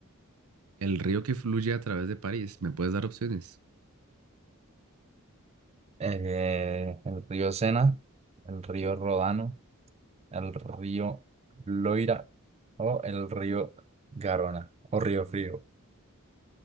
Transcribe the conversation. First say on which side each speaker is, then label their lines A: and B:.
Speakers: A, on the right; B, on the right.
A: El río que fluye a través de París, ¿me puedes dar opciones?
B: Eh, el río Sena, el río Rodano, el río Loira o el río Garona o Río Frío.